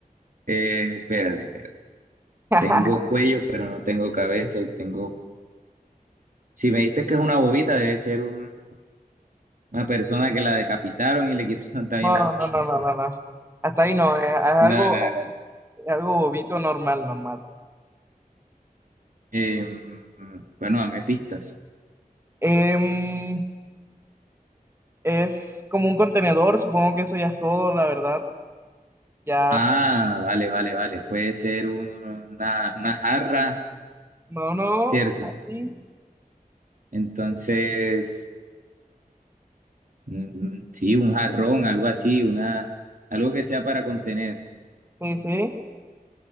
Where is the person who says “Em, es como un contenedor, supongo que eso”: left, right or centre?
Right